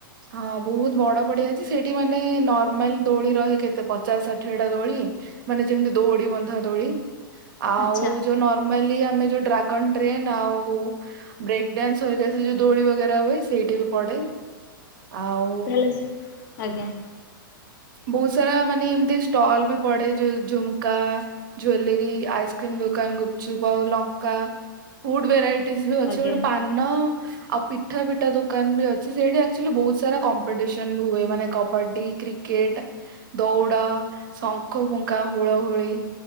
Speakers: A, on the right; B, on the left.
A: ହଁ, ବହୁତ୍ ବଡ଼ ପଡିଆ ଅଛି ସେଇଠି ମାନେ ନର୍ମାଲ ଦୋଳି ରହେ କେତେ, ପଚାଶ ଷାଠିଏ ଟା ଦୋଳି। ମାନେ ଯେମ୍ ତି ଦୌଡି ବନ୍ଧା ଦୋଳି, ଆଉ
B: ଆଚ୍ଛା।
A: ଯୋ ନ ମଇଲି ଆମେ ଯୋଉ ଡ୍ରାଗନ୍ ଟ୍ରେନ୍ ଆଉ, ବ୍ରେକ୍ ଡାନ୍ସ୍ ସହିତ ଦୋଳି ବଗେରା ହୁଏ ସେଇଠି ବି ପଡେ। ଆଉ
B: ତାହଲେ ସେ, ଆଜ୍ଞା।
A: ବହୁତ ସାରା ମାନେ ଏମ୍ ତି ଷ୍ଟଲ୍ ବି ପଡେ, ଯ ଝୁମ୍ କା ଜ୍ୱେଲେରୀ, ଆଇସ୍କ୍ରିମ୍ ଦୋକାନ୍, ଗୁପଚୁପ୍ ଆଉ ଲଙ୍କା, ଫୁଡ୍ ଭେରାଇ ଟିଜ୍ ବି ଅଛି,
B: ଆଜ୍ଞା।
A: ଗୋଟେ ପାନ, ଆଉ ପିଠା-ପିଠା ଦୋକାନ୍ ବି ଅଛି, ସେଟି ଆ ଚୁଲି ବହୁ ସାରା କମ୍ପିଟିସନ୍ ବି ହୁଏ, ମାନେ କବାଡି, କ୍ରିକେଟ୍, ଦୌଡ ଶଙ୍ଖ ଫୁଙ୍କା, ହୁଳ ହୁଳି,